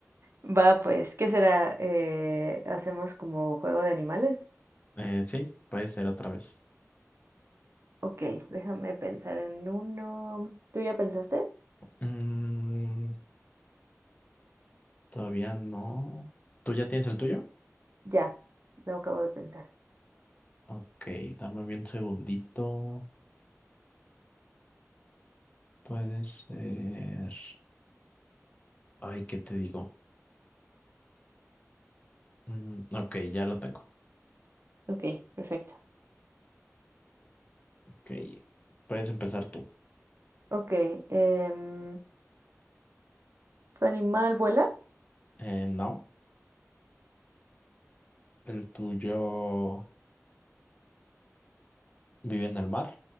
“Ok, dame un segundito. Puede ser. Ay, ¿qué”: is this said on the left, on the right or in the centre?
Left